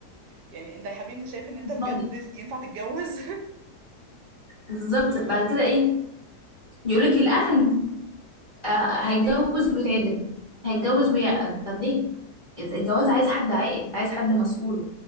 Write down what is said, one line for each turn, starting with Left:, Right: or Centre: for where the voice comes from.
Right: يعني انت يا حبيبي انت شايف ان انت
Left: مش
Right: بجد
Left: راضي
Right: ينفع تتجوز
Left: بالظبط بعد كده ايه يقولك الاهل آه هيتجوز ويتعدل هيتجوز ويعقل طب ليه إذا الجواز عايز حد عاقل عايز حد مسؤول